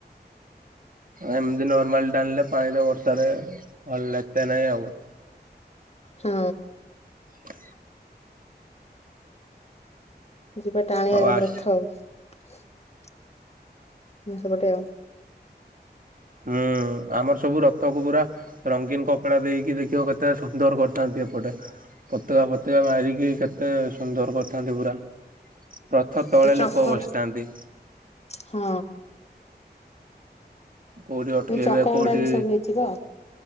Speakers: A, on the right; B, on the left.
A: ଏମିତି ନର୍ମାଲ ଟାଣିଲେ ପାଣିରେ ବର୍ଷାରେ ଭଲ ଏତେ ନାଇଁ ଆଉ।
B: ହୁଁ
A: ହ
B: ଯିବା ଟାଣିଆ
A: ହଉ ଆସ
B: ରଥ ଆଉ <unintelligible> <inaudible>
A: ହୁଁ ଆମର ସବୁ ରଥକୁ ପୁରା ରଙ୍ଗୀନ କପଡା ଦେଇକି ଦେଖିବ କେତେ ସୁନ୍ଦର କରିଥାନ୍ତି ଏପଟେ ପତକା ଫତକା ମାରିକି କେ ଏତେ ସୁନ୍ଦର କରିଥାନ୍ତି ପୁରା ରଥ ତଳେ
B: ସେ ଚକ
A: ଲୋକ ବସିଥାନ୍ତି।
B: ହଁ
A: କୋଉଠି ଅଟକେଇବେ
B: ଏଇ ଚକ
A: କୋଉଠି
B: ଗୁଡା ବି ସବୁ ହେଇଥିବ।